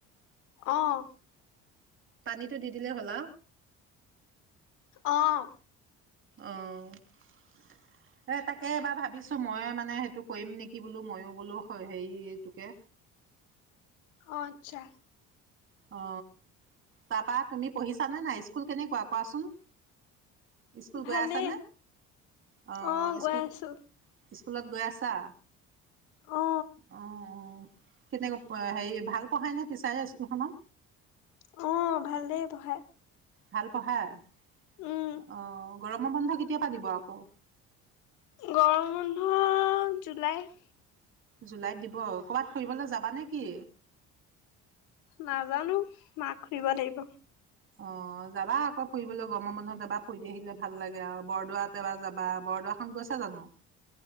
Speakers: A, on the left; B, on the right.
A: অহ
B: পানীটো দি দিলে হ'লা
A: অহ
B: অহ এই তাকে এবাৰ ভাবিছো মই মানে সেইটো কৰিম নেকি বোলো মইো বোলো হেৰিটোকে
A: অ আত্ছা
B: অ তাৰপা তুমি পঢ়িছানে নাই স্কুল কেনেকুৱা কোৱাচোন? স্কুল গৈ
A: ভালেই
B: আছানে অঁ
A: অ গৈ
B: স্কুল
A: আছো
B: স্কুলত গৈ আছা?
A: অ
B: অহ অ কেনেকে হেৰি ভাল পঢ়ায় নে টিচাৰে স্কুলখনৰ?
A: অহ ভাল দেই পঢ়াই
B: ভাল পঢ়াই
A: উম
B: অ গৰমৰ বন্ধ কেতিয়া পা দিব আকৌ?
A: গৰম বন্ধ জুলাইত
B: জুলাইত দিব কৰ'বাত ফুৰিবলৈ যাবা নেকি?
A: নাজানো। মাক সুধিব লাগিব।
B: অ যাবা আকৌ ফুৰিবলৈ গৰমৰ বন্ধত যাবা। ফুৰি আহিলে ভাল লাগে আৰু। বৰদোৱাত এবাৰ যাবা। বৰদোৱাখন গৈছা জানো?